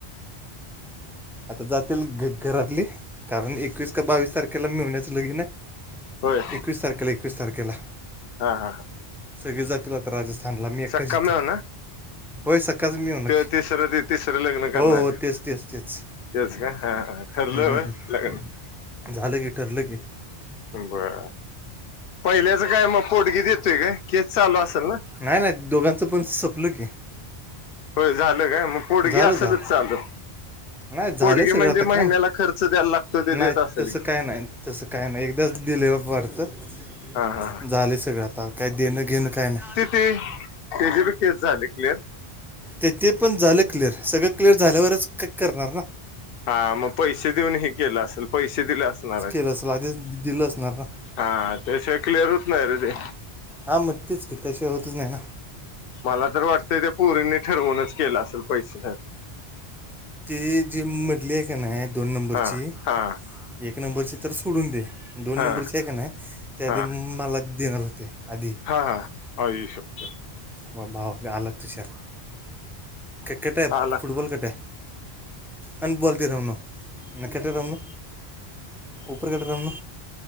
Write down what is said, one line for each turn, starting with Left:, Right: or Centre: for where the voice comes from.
Centre: आता जातील घ घरातली कारण एकवीस का बावीस तारखेला मेवण्याचं लगीन आहे.
Left: होय
Centre: एकवीस तारखेला एकवीस तारखेला
Left: हा हा
Centre: सगळेच जातील आता राजस्थानला मी एकटाच
Left: सक्काम
Centre: इथं
Left: हो ना
Centre: होय सकाळच मी येऊ नक्की
Left: ते तिसरं ते तिसरं लग्न
Centre: हो
Left: करणार ते
Centre: हो तेच तेच तेच
Left: तेच का हा हा ठरलं
Centre: हम्म
Left: होय लग्न
Centre: झालं की ठरलं की
Left: बरं पहिल्याचं काय मग पोडगी देतोय काय केस चालू असल ना
Centre: नाही नाही दोघांचं पण संपलं की
Left: होय झालं काय मग पोडगी
Centre: झालं
Left: असलच
Centre: झालं
Left: चालू
Centre: नाही झालं
Left: पोडगी
Centre: सगळं
Left: म्हणजे
Centre: आता
Left: महिन्याला
Centre: काय
Left: खर्च द्यायला लागतो ते
Centre: नाही
Left: देत असेल
Centre: तसं
Left: की
Centre: काय नाही तसं काही नाही एकदाच दिलेवर वाटतं
Left: हा हा
Centre: झाले सगळ्यात तर काय देणं घेनं काही नाही.
Left: ते.. त्याची बी केस झाली क्लिअर.
Centre: तेथे पण झालं क्लिअर. सगळं क्लिअर झाल्यावरच काही करणार ना.
Left: हा.. म पैसे देऊन हे केलं आसल. पैशे दिले असणार.
Centre: असधीच दिलं असणार ना.
Left: हा.. त्याशिवाय क्लिअर होत नाही रे ते.
Centre: हां म तेच, कित्या शिवाय होतच नाही ना.
Left: मला तर वाटतंय ते पोरींनी ठरवूनच केलं असेल पैसे
Centre: ती जी म्हटली आए का नाई दोन नंबरची
Left: हा हा
Centre: एक नंबरची तर सोडून दे. दोन
Left: हा
Centre: नंबरची आए का नाई ते आधी
Left: हा
Centre: मला देणार होते. आधी
Left: हा हा. आई शप्पथ
Centre: हो भावा आला तुषार. क्रिकेटे
Left: आला
Centre: फुटबॉल कुटे? आणि बॉलती रमन न केटर रमन उपर केटर रमन